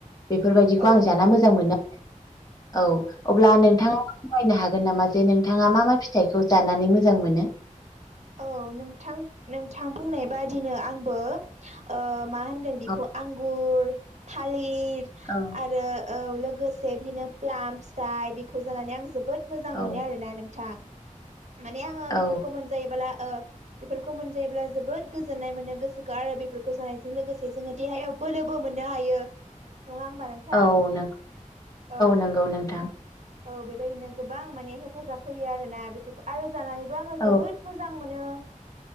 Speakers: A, on the left; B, on the right.
A: बेफोरबायदिखौ
B: औ
A: आं जाना मोजां मोनो। औ अब्ला नोंथाङा फोरमायनो हागोन नामा जे नोंथाङा मा-मा फिथाइखौ जानानै मोजां मोनो
B: औ नोंथां नोंथां बुंनाय बादिनो आंबो ओ मा होनगोन बेखौ
A: औ
B: आंगुर था लिर
A: औ
B: आरो औ लोगोसे बिदिनो प्लाम फिथाइ बेखौ जानानै आं जोबोद मोजां
A: औ
B: मोनो आरोना नोंथां। माने आंङो
A: औ
B: बेफोरखौ मोन ओ बेफोरखौ मोनायोब्ला जोबोद गोजोननाय मोन गोसोखौ आरो बेफोरखौ जानायजों लोगोसे जों देहा याव बोलोबो मोननो हायो। नङा होमबा नोंथां?
A: औ नों
B: औ
A: नंगौ नोंथां
B: औ बेबायदिनो गोबां माने हेफाजाब होयो आरोना बेफोरखौ आरो जानानैबो आंङो
A: औ
B: जोबोद मोजां मोनो